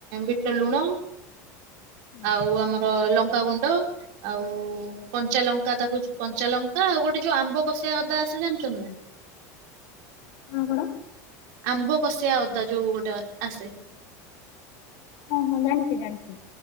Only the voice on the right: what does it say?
ବିଟୁ ଲୁଣ
ଆଉ ଆମର ଲଙ୍କାଗୁଣ୍ଡ ଆଉ କଞ୍ଚାଲଙ୍କା ତାକୁ କଞ୍ଚା ଲଙ୍କା ଆଉ ଗୋଟେ ଯୋ ଆମ୍ବ କଷିଆ ଅଦା ଆସେ ଜାଣିଚନ୍ ନା?
ଆମ୍ବ କଷିଆ ଅଦା ଯୋଉ ଗୋଟେ ଆସେ।